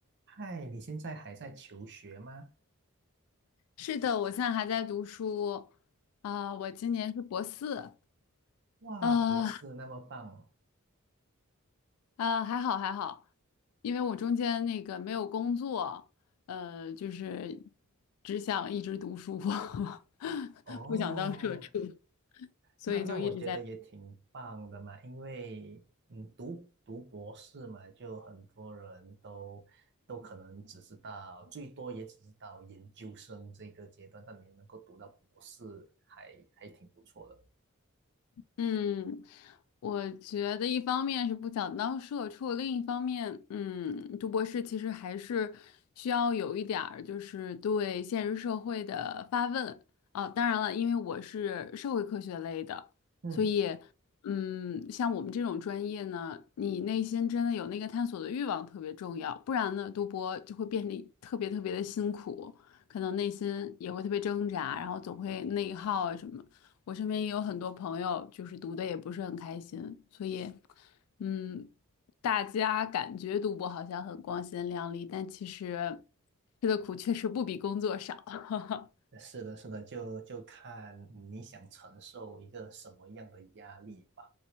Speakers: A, on the right; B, on the left.
A: 嗨，你现在还在求学吗？
B: 是的，我现在还在读书，啊、我今年是博四，
A: 哇，
B: 呃
A: 博士那么棒
B: 啊、还好还好，因为我中间那个没有工作，呃，就是只想一直读书，<laughs>
A: 哦，
B: 不想当社畜，所以就一直在。
A: 那那我觉得也挺棒的嘛，因为嗯，读读博士嘛，就很多人都都可能只知道，最多也只知道研究生这个阶段，但你能够读到博士还还挺不错的。
B: 嗯，我觉得一方面是不想当社畜，另一方面，嗯，读博士其实还是需要有一点儿就是对现实社会的发问哦。当然了，因为我是社会科学类的，
A: 嗯。
B: 所以，嗯，像我们这种专业呢，你内心真的有那个探索的欲望特别重要，不然呢，读博就会变得特别特别的辛苦，可能内心也会特别挣扎，然后总会内耗啊什么。我身边也有很多朋友，就是读的也不是很开心，所以，嗯，大家感觉读博好像很光鲜亮丽，但其实吃的苦确实不比工作少。<laughs>
A: 是的，是的，就就看你想承受一个什么样的压力吧。